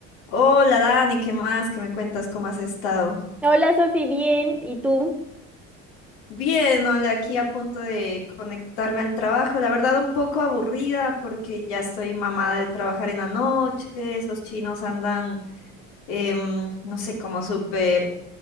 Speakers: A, on the left; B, in the centre.
A: Hola Dani, ¿qué más? ¿Qué me cuentas? ¿Cómo has estado?
B: Hola Sofi, bien. ¿Y tú?
A: Bien, hola, aquí a punto de conectarme al trabajo. La verdad, un poco aburrida porque ya estoy mamada de trabajar en la noche. Esos chinos andan, em, no sé, como súper